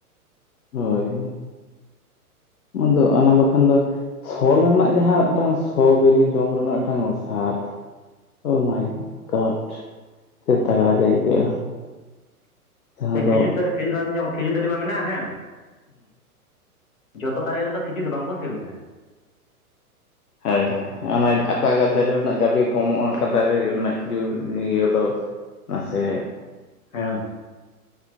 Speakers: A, on the left; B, on the left.
A: ᱦᱳᱭ <unintelligible> ᱚᱱᱟ ᱵᱟᱠᱷᱟᱱ ᱫᱚ ᱥᱚᱞ ᱨᱮᱱᱟᱜ ᱡᱟᱦᱟᱸ ᱢᱤᱫᱴᱟᱹᱝ ᱥᱚ ᱵᱤᱞᱤ ᱡᱚᱢ ᱨᱮᱱᱟᱜ ᱢᱤᱫᱴᱟᱹᱝ ᱥᱟᱫᱽ ᱚ ᱢᱟᱭ ᱜᱚᱴ ᱥᱮ ᱛᱟᱜᱽᱲᱟ ᱜᱮ ᱟᱹᱭᱠᱟᱹᱜᱼᱟ ᱡᱟᱦᱟᱸ
B: ᱥᱮ
A: ᱫᱚ
B: ᱠᱷᱤᱡᱩᱨ ᱫᱟᱨᱮ ᱠᱷᱤᱡᱩᱨ <unintelligible> ᱠᱷᱤᱡᱩᱨ ᱫᱟᱨᱮ ᱢᱟ ᱢᱮᱱᱟᱜᱼᱟ ᱦᱮᱸ ᱡᱚᱛᱚ ᱫᱟᱨᱮ ᱨᱮᱱ ᱫᱚ ᱠᱷᱤᱡᱩᱨ ᱫᱚ ᱵᱟᱝ ᱠᱚ ᱥᱤᱵᱤᱞᱟ
A: ᱦᱚᱭ ᱦᱚᱭ ᱚᱱᱟ ᱚᱠᱟ <unintelligible> ᱫᱟᱨᱮ ᱨᱮᱱᱟᱜ ᱜᱟᱟᱹᱵᱤ ᱠᱚᱢᱚᱜᱼᱟ ᱚᱠᱟ ᱫᱟᱨᱮ ᱨᱮᱱᱟᱜ ᱠᱷᱤᱡᱩᱨ ᱤᱭᱟᱹ ᱫᱚ <unintelligible> ᱥᱮ
B: ᱦᱮᱸ